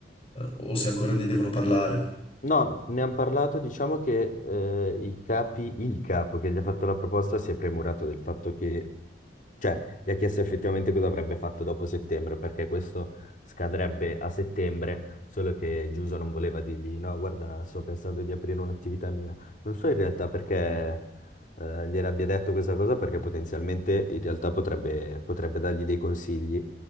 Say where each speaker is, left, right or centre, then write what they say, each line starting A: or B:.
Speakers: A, on the left; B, on the left.
A: o se ancora ne devono parlare.
B: No, ne hanno parlato, diciamo che eh, i capi, il capo che gli ha fatto la proposta si è premurato del fatto che cioè, gli ha chiesto effettivamente cosa avrebbe fatto dopo settembre, perché questo scadrebbe a settembre, solo che Giuso non voleva dirgli, no, guarda, sto pensando di aprire un'attività mia. Non so in realtà perché eh, gliel'abbia detto questa cosa, perché potenzialmente in realtà potrebbe, potrebbe dargli dei consigli,